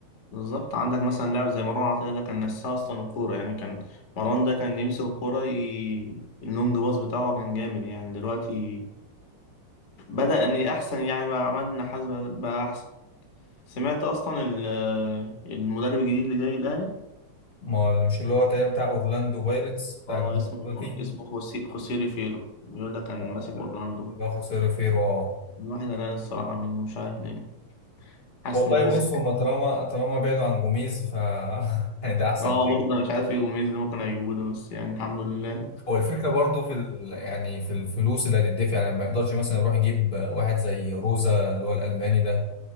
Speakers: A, on the left; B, on the left.
A: بالظبط عندك مثلا لاعب زي مروان عطية ده كان نساه أصلا الكورة يعني كان مروان ده كان يمسك الكورة ي... اللونج باص بتاعه كان جامد يعني دلوقتي بدأ إن أحسن يعني بقى عماد النحاس بقى بقى أحسن سمعت أصلا ال- المدرب الجديد اللي جاي الأهلي
B: ما اللي- مش اللي هو تقريبا بتاع اورلاندو بايرتس بتاع
A: اه
B: الجنوب
A: اسمه
B: الافريقي
A: اسمه خوسي... خوسيه ريفيرو بيقول ده كان
B: آه،
A: ماسك أورلاندو
B: اللي هو خسر فيرو اه
A: الواحد قلقان الصراحة منه مش عارف ليه حاسس
B: والله
A: إنه ريسك
B: بص هما طالما طالما بعدوا عن جوميز ف <laughs> يعني ده احسن
A: اه
B: حاجه
A: برضه أنا مش عارف إيه جوميز اللي ممكن هيجيبوه ده بس يعني الحمد لله
B: هو الفكره برضو في ال... يعني في الفلوس اللي هتدفع يعني ما يقدرش مثلا يروح يجيب واحد زي روزا اللي هو الالماني ده